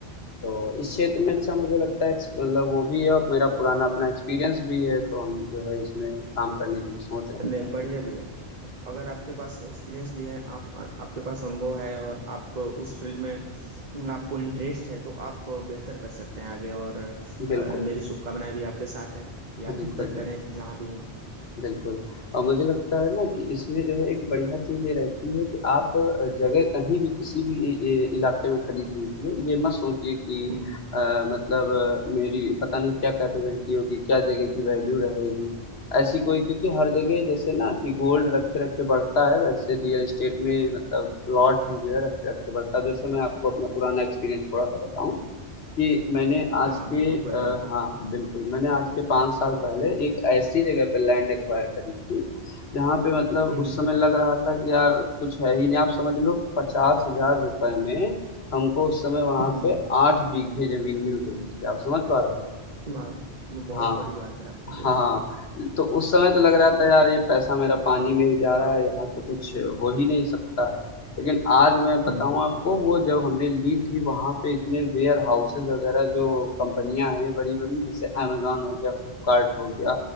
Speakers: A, on the left (about 65°); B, on the right (about 40°).
A: तो इस क्षेत्र में अच्छा मुझे लगता है एक्स- मतलब वो भी है और मेरा पुराना अपना एक्सपीरियंस भी है तो हम जो है इसमें काम करने के लिए सोच रहे हैं
B: नहीं बढ़िया भी है अगर आपके पास एक्सपीरियंस भी है आप आपके पास अनुभव है और आप उस फील्ड में आपको इंटरेस्ट है तो आप बेहतर कर सकते हैं आगे और अ,
A: बिल्कुल
B: मेरी शुभकामनाएं भी आपके साथ हैं कि
A: बिल्कुल
B: आप बेहतर
A: बिल्कुल
B: करें जहां भी हो
A: बिल्कुल और मुझे लगता है ना कि इसमें जो है एक बढ़िया चीज़ ये रहती है कि आप अ, जगह कहीं भी किसी भी इ- इ- इलाके में खरीद लीजिए ये मत सोचिए कि
B: हम्म
A: अ, मतलब अ, मेरी पता नहीं क्या कैपेबिलिटी होगी क्या जगह की वैल्यू रहेगी ऐसी कोई क्योंकि हर जगह जैसे ना कि गोल्ड रखे रखे बढ़ता है वैसे रियल एस्टेट में मतलब प्लॉट भी जो है रखे रखे बढ़ता है जैसे मैं आपको अपना पुराना एक्सपीरियंस थोड़ा सा बताऊं कि मैंने आज
B: हाँ हाँ बिल्कुल
A: के अ,
B: बताइए
A: हाँ बिल्कुल मैंने आज के पाँच साल पहले एक ऐसी जगह पे लैंड एक्वायर करी थी जहाँ पे मतलब
B: हम्म
A: उस समय लग रहा था कि यार कुछ है ही नहीं आप समझ लो पचास हजार रुपए में हमको उस समय वहाँ
B: हम्म हम्म,
A: पे आठ बीघे जमीन मिल रही थी आप समझ पा रहे हो
B: वाह ये
A: हाँ
B: बहुत बड़ी बात है आपके लिए
A: हाँ,
B: वहां पे
A: तो उस समय तो लग रहा था यार ये पैसा मेरा पानी में ही जा रहा है यहाँ तो कुछ हो ही नहीं सकता है लेकिन आज मैं बताऊँ
B: हम्म
A: आपको वो जब हमने ली थी वहाँ पे इतने वेयर हाउसेज वगैरह जो कंपनियां हैं बड़ी बड़ी जैसे अमेजोन हो गया फ्लिपकार्ट हो गया